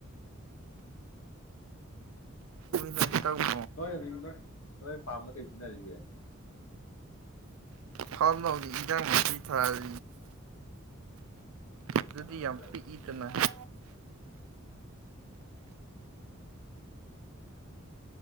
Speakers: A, on the right; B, on the left.
A: ꯕꯨ
B: ꯅꯣꯏ ꯑꯗꯨꯛ ꯅꯣꯏ ꯅꯣꯏ ꯐꯥꯔꯝꯗ ꯀꯔꯤ ꯁꯤꯖꯤꯟꯅꯔꯤꯒꯦ
A: ꯊꯥꯎ ꯍ ꯍꯧꯖꯤ ꯏꯟꯖꯥꯡ ꯊꯤ ꯊꯥꯔꯤ ꯑꯗꯨꯗꯤ
B: ꯀꯅꯥ
A: ꯌꯥꯝ
B: ꯊꯥꯏꯅꯣ
A: ꯄꯤꯛꯏꯗꯅ <inaudible> <inaudible>